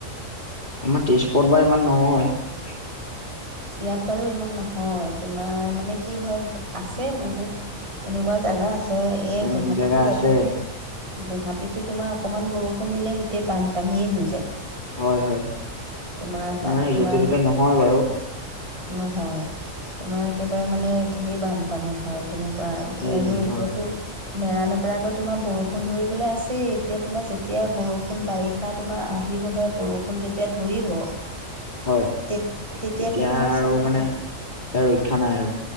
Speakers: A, on the left; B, on the right.
A: আমাৰ তেজপোৰত বা ইমান নহয়।
B: ইয়াত বাৰু ইমান নহয় হয় তোমাৰ মানে কি হয় আছে বহুত এনেকুৱা জাগা আছে এই
A: উম
B: গুৱাহাটীতো
A: জেগা আছে
B: অকমান গুৱাহাটীতো তোমাৰ অকণমান বৰষুণ দিলে গোটেই বানপানীয়ে হৈ যায়।
A: হয়-হয়,
B: তোমাৰ তাত
A: মানে
B: তোমাৰ
A: য'তে ত'তে নহয় বাৰু।
B: নহয়, তোমাৰ একেবাৰে মানে ঢেৰ বানপানী হয় তেনেকুৱা। বা
A: সেইটোৱে
B: আৰু এতিয়াতো
A: হয়
B: নেৰানেপেৰাকৈ তোমাৰ বৰষুণ ধৰিবলৈ আছেই, এতিয়া তোমাৰ যেতিয়া বৰষুণ বাৰিষা তোমাৰ আহি বহে বৰষুণ যেতিয়া ধৰিব
A: হয়
B: তে তেতিয়াতো
A: তেতিয়া
B: তোমাৰ চাবা
A: মানে
B: আৰু।
A: ৰক্ষা নাই আৰু